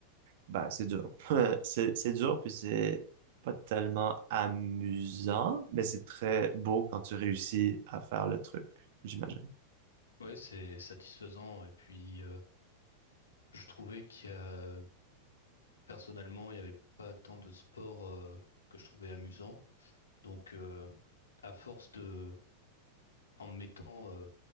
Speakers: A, on the right; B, on the left.
A: ben, c'est dur. <laughs> C'est c'est dur puis c'est pas tellement amusant, mais c'est très beau quand tu réussis à faire le truc, j'imagine.
B: ouais, c'est satisfaisant. Et puis, euh, je trouvais qu'il y a, personnellement, il n'y avait pas tant de sports euh, que je trouvais amusants. Donc, euh, à force de, en mettant euh,